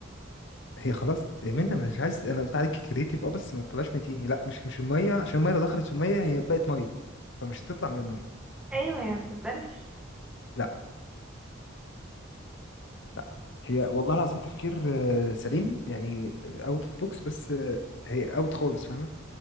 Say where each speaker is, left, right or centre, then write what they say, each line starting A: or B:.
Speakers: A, on the left; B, in the centre.
A: هي خلاص منا مش عايز انا قلت عليك كريتيف اه بس ما تطلعش متيني لا مش مش الميه عشان الميه لو دخلت في الميه هي بقت ميه فمش هتطلع من الميه
B: ايوه ما هي ما بتتبلش
A: لا لا هي والله العظيم تفكير آه، سليم يعني اوت اوف بوكس بس آه، هي اوت خالص فاهمه